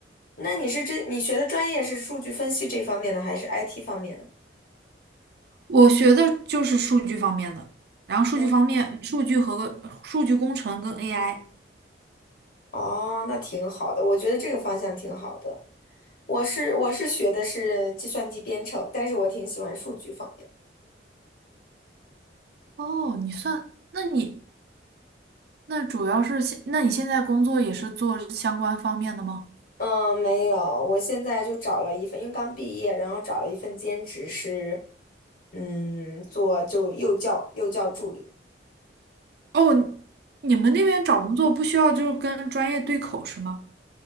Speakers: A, on the left; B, on the right.
A: 那你是这你学的专业是数据分析这方面的，还是 IT 方面的？
B: 我学的就是数据方面的，然后数据方面，
A: 哦，
B: 数据和数据工程跟 AI。
A: 哦，那挺好的，我觉得这个方向挺好的。我是我是学的是计算机编程，但是我挺喜欢数据方面。
B: 哦，你算，那你那主要是现，那你现在工作也是做相关方面的吗？
A: 嗯，没有，我现在就找了一份，因为刚毕业，然后找了一份兼职是，嗯，做就幼教幼教助理，
B: 哦，你们那边找工作不需要就是跟专业对口是吗？